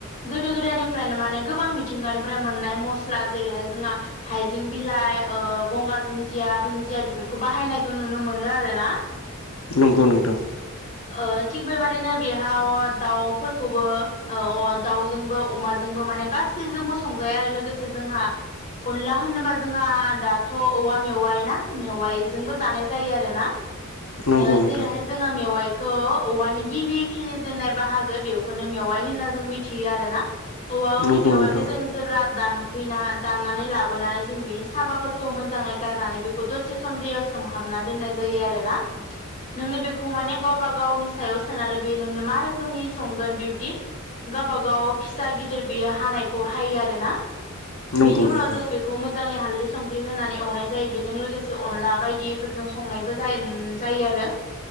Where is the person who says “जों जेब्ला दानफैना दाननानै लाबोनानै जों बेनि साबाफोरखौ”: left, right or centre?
Left